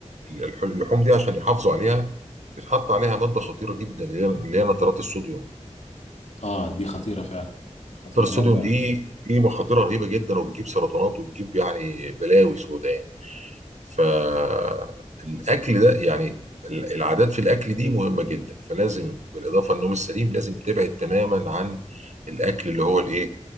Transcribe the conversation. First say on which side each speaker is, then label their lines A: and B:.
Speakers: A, on the right; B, on the left.
A: ال- الح- اللحوم دي عشان يحافظوا عليها بيتحط عليها ماده خطيره جدا اللي هي اللي هي نترات الصوديوم
B: اه دي خطيرة فعلا خطيرة
A: نترات الصوديوم
B: مادة
A: دي دي مخاطرها رهيبه جدا وبتجيب سرطانات وبتجيب يعني بلاوي سوداء فالاكل ده يعني ال- العادات في الاكل دي مهمه جدا فلازم بالاضافه للنوم السليم لازم تبعد تماما عن الاكل اللي هو الايه